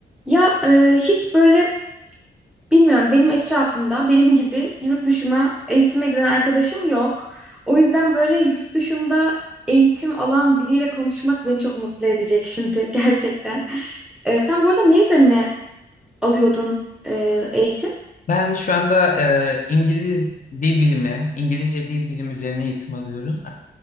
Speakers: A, in the centre; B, on the left (about 50°).
A: Ya e, hiç böyle bilmiyorum benim etrafımda <laughs> benim gibi yurt dışına eğitime giden arkadaşım yok. O yüzden böyle yurt dışında eğitim alan biriyle konuşmak beni çok mutlu edecek şimdi <laughs> gerçekten. E, sen bu arada ne üzerine alıyordun e, eğitim?
B: Ben şu anda e, İngiliz dil bilimi, İngilizce dil bilimi üzerine eğitim alıyorum.